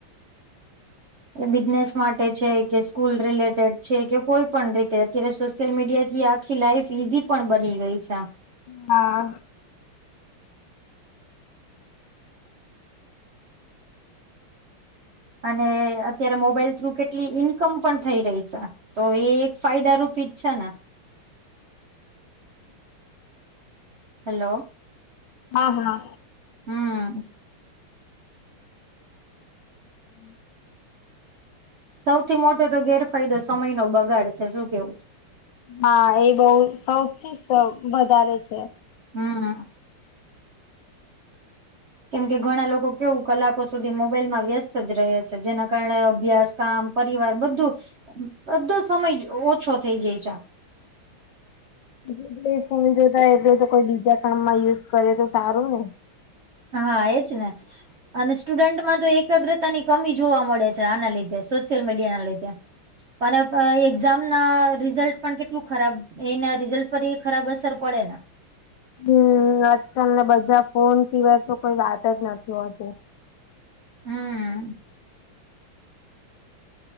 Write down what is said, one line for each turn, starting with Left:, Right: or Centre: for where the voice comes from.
Right: બિઝનેસ માટે છે કે સ્કૂલ રિલેટેડ છે કે કોઈ પણ રીતે અત્યારે સોશિયલ મીડિયાથી આ આખી લાઈફ ઈઝી પણ બની ગઈ છે.
Left: હા.
Right: અને અત્યારે મોબાઈલ થ્રુ કેટલી ઈન્કમ પણ થઈ રહી છે તો એ ફાયદારૂપી છે ને. હેલો.
Left: હા હા.
Right: હમ.
Left: <unintelligible>
Right: સૌથી મોટો તો ગેરફાયદો સમયનો બગાડ છે શું કેવું
Left: હા એ બહ સૌથી વધારે છે.
Right: હમ. કેમ કે ઘણા લોકો કેવું કલાકો સુધી મોબાઈલમાં વ્યસ્ત જ રહે. જેના કારણે અભ્યાસ કામ પરીવાર બધું બધો સમય ઓછો થઇ જાય છે.
Left: એ જો એ ફોન જોતા એટલે તો કોઈ બીજા કામમાં યુઝ કરે તો સારું ને
Right: હા એજ ને અને સ્ટુડન્ટમાં તો એક એકાગ્રતાની કમી જોવા મળે છે આના લીધે સોશિયલ મીડિયાના લીધે પણ એક્ઝામના રિઝલ્ટ પણ કેટલું ખરાબ એના રિઝલ્ટ પર એ ખરાબ અસર પડે.
Left: હમ આજકાલના બધા ફોન સિવાય તો કોઈ વાત જ નથી હોતી.
Right: હમ.